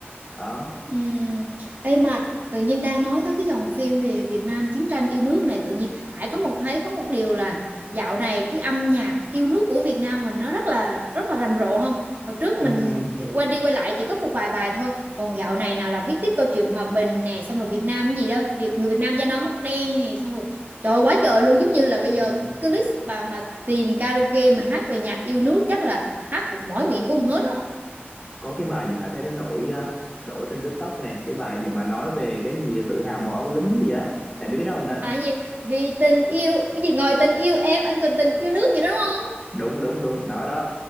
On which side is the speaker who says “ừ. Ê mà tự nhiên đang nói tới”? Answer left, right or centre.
Right